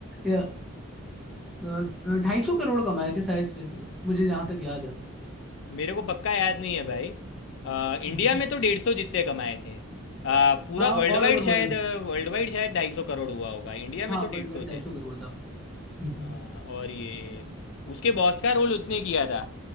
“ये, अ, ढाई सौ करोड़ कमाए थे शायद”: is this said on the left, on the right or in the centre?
Centre